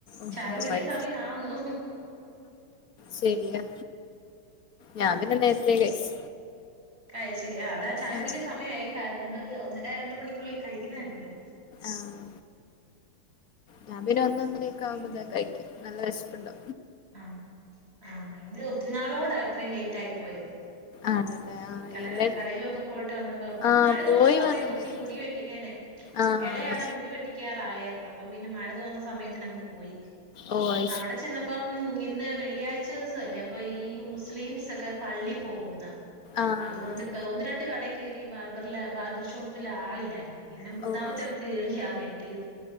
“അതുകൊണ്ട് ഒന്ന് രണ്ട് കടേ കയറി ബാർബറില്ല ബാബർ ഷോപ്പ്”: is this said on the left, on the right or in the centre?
Right